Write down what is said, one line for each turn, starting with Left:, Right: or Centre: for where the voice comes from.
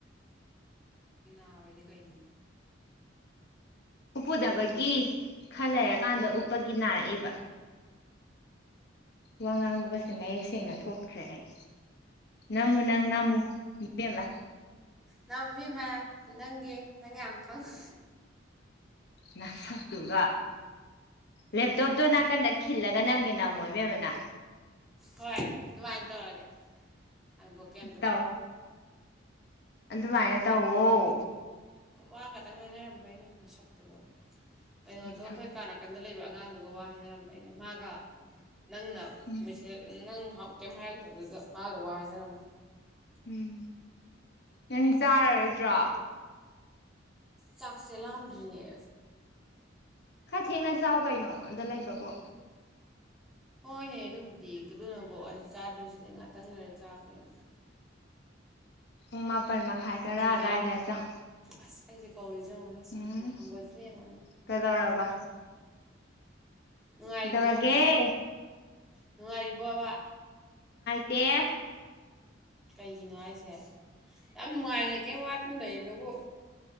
Centre: ꯅꯥꯕꯥ ꯍꯥꯢꯗꯤ ꯀꯥꯏꯅꯣ
Left: ꯎꯞꯄꯨꯗꯕꯒꯤ ꯈꯔ ꯂꯩꯔꯀꯥꯟꯗ
Centre: ꯑꯣ
Left: ꯎꯞꯄꯒꯤ ꯅꯥꯔꯛꯏꯕ ꯋꯥ ꯉꯥꯡꯕꯒꯁꯦ ꯃꯌꯦꯛ ꯁꯦꯡꯅ ꯊꯣꯛꯇ꯭ꯔꯦ ꯑꯩ ꯅꯝꯃꯨ ꯅꯪ ꯅꯝꯃꯨ ꯏꯕꯦꯃꯥ
Centre: ꯅꯝꯃꯤ ꯃꯌꯥꯝ ꯅꯡꯒꯤ ꯅꯡ ꯌꯥꯝ ꯈꯉ
Left: ꯅꯁꯛꯇꯨꯒ ꯂꯦꯞꯇꯣꯞꯇꯣ ꯅꯥꯀꯟꯗ ꯈꯤꯜꯂꯒ ꯅꯝꯒꯦ ꯅꯝꯃꯣ ꯏꯕꯦꯝ ꯅꯡ
Centre: ꯍꯣꯏ ꯑꯗꯨꯃꯥꯏꯅ ꯇꯧꯔꯒꯦ ꯍꯡꯗꯣꯛꯀꯦ ꯑꯝꯇꯗꯨꯝ
Left: ꯇꯧ ꯑꯗꯨꯃꯥꯏꯅ ꯇꯧ ꯑꯣ
Centre: ꯋꯥ ꯈꯛꯇꯡ ꯍꯥꯏꯅꯔꯝꯕꯩꯅꯦ ꯅꯥꯁꯛꯇꯨꯒꯥ ꯀꯩꯅꯣꯗꯣ
Left: ꯅꯁꯛ
Centre: ꯑꯩꯈꯣꯏ ꯀꯥꯅ ꯀꯟꯗ ꯂꯩꯕ ꯑꯉꯥꯡꯗꯨꯒ ꯋꯥ ꯍꯥꯏꯅꯔꯝꯕꯩꯅꯤ ꯃꯥꯒ ꯅꯡꯅꯥ
Left: ꯎꯝ
Centre: ꯃꯦꯁꯦ ꯅꯡ ꯊꯣꯝ ꯀꯩꯝ ꯍꯥꯏꯔꯛꯇꯕꯗꯨꯗ ꯃꯥꯒ ꯋꯥ ꯍꯥꯏꯅꯔꯝꯕ
Left: ꯎꯝ ꯅꯪꯗꯤ ꯆꯥꯔꯔꯣꯏꯗ꯭ꯔꯣ
Centre: ꯆꯥꯛꯁꯤ ꯂꯥꯝꯗꯔꯤ ꯌꯦ
Left: ꯈꯔ꯭ꯊꯪꯡꯅꯥ ꯆꯥꯎ ꯀꯩꯅꯣ ꯑꯗ ꯂꯩꯕꯕꯨ
Centre: ꯍꯣꯏꯅꯦ ꯑꯗꯨꯕꯨꯗꯤ ꯀꯗꯨꯅꯕꯨ ꯑꯩꯁꯨ ꯆꯥꯗ꯭ꯔꯤꯁꯤꯗꯤ ꯉꯥꯛꯇꯪ ꯂꯩꯔ ꯆꯥꯒꯦꯅ
Left: <unintelligible> ꯃꯥꯄꯜ ꯃꯈꯥꯏ
Centre: ꯅꯝꯊꯣꯏꯕꯤ
Left: ꯇꯔꯥ ꯑꯗꯥꯏꯗ ꯍꯦꯛ ꯇꯧ
Centre: ꯑꯁ ꯑꯩꯁꯦ ꯀꯧꯔꯤꯁꯦ ꯌꯦꯡꯉꯨꯅꯦ
Left: ꯎꯝ
Centre: ꯍꯪꯒꯣꯏꯇ꯭ꯔꯦ ꯌꯦꯡꯉꯨꯅꯦ
Left: ꯀꯗꯧꯕꯥ
Centre: <inaudible> ꯅꯨꯡꯉꯥꯏꯔꯤꯕꯣ
Left: ꯀꯩꯗꯧꯔꯒꯦ
Centre: ꯅꯨꯡꯉꯥꯏꯔꯤꯕꯣꯕ꯫
Left: ꯄꯦ
Centre: ꯀꯩꯒꯤꯅꯣ ꯍꯥꯏꯁꯦ꯫ ꯌꯥꯝ ꯅꯨꯡꯉꯥꯏꯅ ꯀꯩ ꯋꯥꯠꯅ ꯂꯩ ꯑꯗꯨꯕꯨ